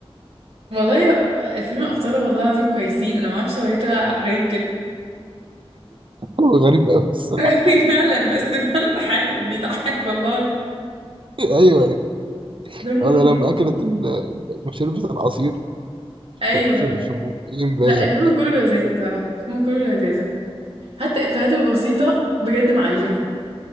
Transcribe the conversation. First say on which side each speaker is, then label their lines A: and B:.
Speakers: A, on the right; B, on the right.
A: والله الفيلم أبطاله والله العظيم كويسين أنا ما أعرفش هو ليه طلع غريب كده
B: هو غريب قوي الصراحه
A: <laughs> فعلا بس فعلا حلو بيضحك والله
B: <laughs> ايوه ايوه
A: دمه
B: انا لما اكلت ال- شربت العصير
A: أيوه
B: في في في بقين باين
A: لا الفيلم كله لذيذ بصراحة الفيلم كله لذيذ حتى إفيهاته البسيطة بجد معلمة